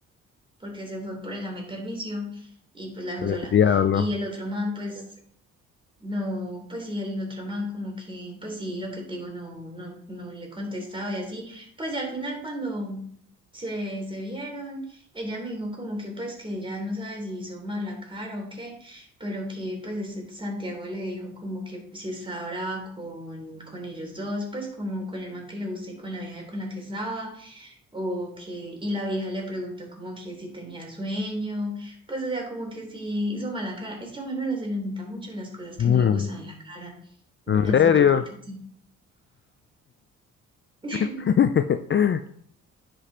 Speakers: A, on the right; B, on the left.
A: porque se fue por allá a meter vicio y pues la dejó
B: El
A: sola.
B: diablo.
A: Y el otro man, pues No, pues sí, el otro man como que, pues sí, lo que te digo, no, no, no le contestaba y así. Pues ya al final cuando se, se vieron, ella me dijo como que pues que ella no sabe si hizo mala cara o qué, pero que pues este Santiago le dijo como que si estaba brava con, con ellos dos, pues como con el man que le gusta y con la vieja con la que estaba Ok, y la vieja le preguntó como que si tenía sueño, pues o sea, como que si hizo mala cara. Es que a Manuela se le nota mucho las cosas que
B: Mm,
A: no le gustan en la cara. Bueno,
B: ¿En serio?
A: sí, yo creo que sí. <laughs>
B: <laughs>